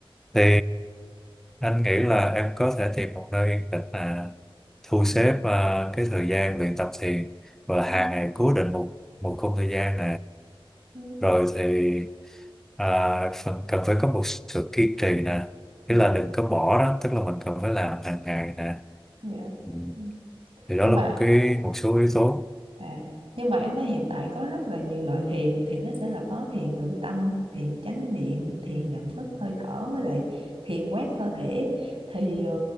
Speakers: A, in the centre; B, on the right.
A: thì anh nghĩ là em có thể tìm một nơi yên tĩnh là thu xếp
B: ừ,
A: à, cái thời gian luyện tập thiền và
B: ừ,
A: hàng ngày cố định một một khung thời gian
B: ừ,
A: rồi thì à, phần cần phải có một sự kiên trì nè
B: dạ
A: tức là đừng có bỏ đó tức là mình cần phải làm hàng ngày nè
B: dạ
A: ừ.
B: Ừ.
A: thì đó
B: nhưng
A: là
B: mà
A: một cái một số yếu tố
B: à nhưng mà em thấy hiện tại có rất là nhiều loại thiền thì nó sẽ là có thiền tự tâm thiền chánh niệm thiền nhận thức hơi thở với lại thiền quét cơ thể thì ờ,